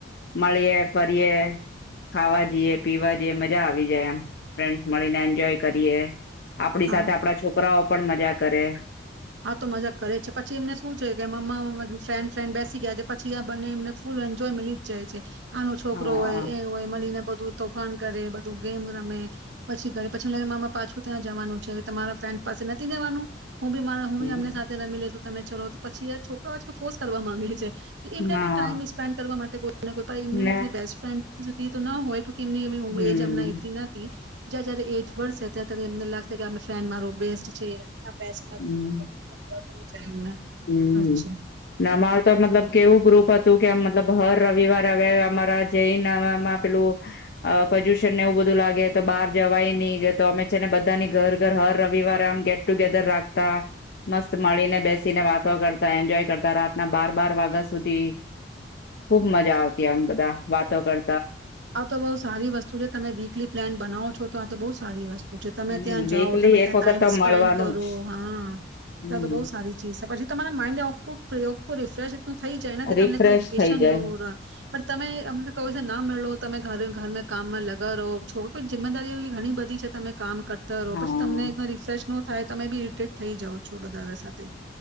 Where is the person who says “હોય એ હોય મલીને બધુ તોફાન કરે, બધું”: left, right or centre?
Right